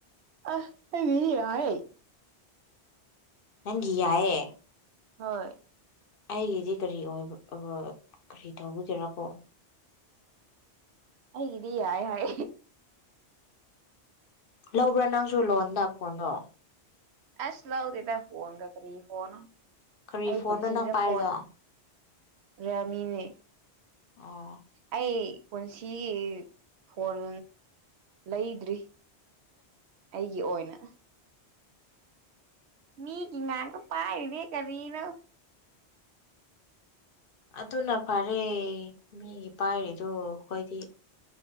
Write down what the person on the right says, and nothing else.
ꯑꯥ ꯑꯩꯒꯤꯗꯤ ꯌꯥꯢꯌꯦ
ꯍꯣꯏ꯫
ꯑꯩꯒꯤꯗꯤ ꯌꯥꯏ ꯍꯥꯏ꯫
ꯑꯁ ꯂꯧꯗꯦꯗ ꯐꯣꯟꯒ ꯀ꯭ꯔꯤ ꯐꯣꯟꯅꯣ
ꯑꯩ
ꯄꯨꯁꯤꯗ
ꯐꯣꯟ ꯔꯃꯤꯅꯦ
ꯑꯩ ꯄꯨꯟꯁꯤꯒꯤ ꯐꯣꯟ ꯂꯩꯗ꯭ꯔꯤ꯫ ꯑꯩꯒꯤ ꯑꯣꯏꯅ꯫ ꯃꯤꯒꯤ ꯉꯥꯡꯇ ꯄꯥꯢꯔꯤꯅꯦ ꯀꯔꯤꯅꯣ꯫